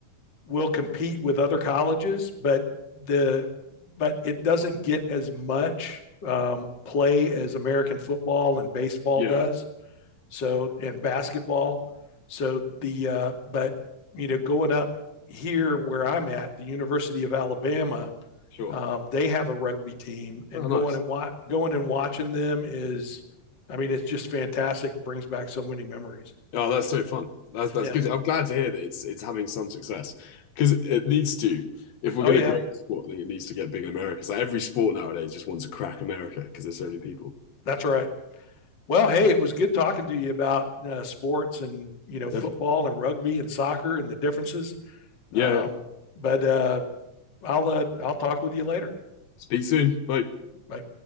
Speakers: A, on the left (about 35°); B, on the left (about 75°).
A: will compete with other colleges, but the but it doesn't get as much um, play as American football and baseball
B: yeah,
A: does. So and basketball. So the uh, but you know going up here where I'm at, the University of Alabama,
B: sure.
A: um, they have a rugby team, and
B: Oh,
A: going
B: nice.
A: and wa- going and watching them is, I mean, it's just fantastic. It brings back so many memories.
B: Oh, that's so fun. That's that's
A: Yeah.
B: good. I'm glad to hear that it's it's having some success because it needs to. If we're
A: Oh
B: going
A: yeah,
B: to grow the sport, I think it needs to get big in America. It's like every sport nowadays just wants to crack America because there's so many people.
A: that's right. Well, hey, it was good talking to you about uh, sports and you know football
B: Definitely.
A: and rugby and soccer and the differences.
B: Yeah,
A: Um,
B: yeah.
A: but uh, I'll uh, I'll talk with you later.
B: Speak soon. Bye.
A: Bye.